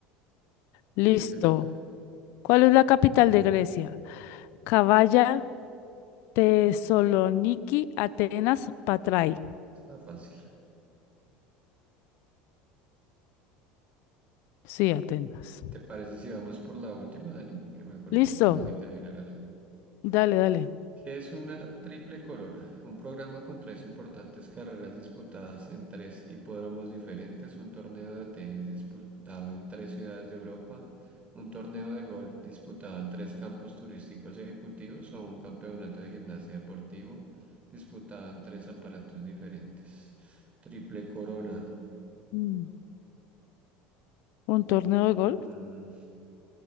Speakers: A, on the left; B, on the right.
A: Listo.
B: Y te toca.
A: ¿Cuál es la capital de Grecia? Cavalla, Tesaloniki, Atenas, Patrai.
B: Está fácil.
A: Sí, Atenas.
B: ¿Te parece si vamos por la última, Dani? Que me acordé
A: Listo.
B: que tengo que terminar algo.
A: Dale, dale.
B: ¿Qué es una triple corona? Un programa con tres importantes carreras disputadas en tres hipódromos diferentes, un torneo de tenis disputado en tres ciudades de Europa, un torneo de golf disputado en tres campos turísticos ejecutivos o un campeonato de gimnasia deportivo disputado en tres aparatos diferentes. Triple corona.
A: Mm, ¿Un torneo
B: Mm,
A: de golf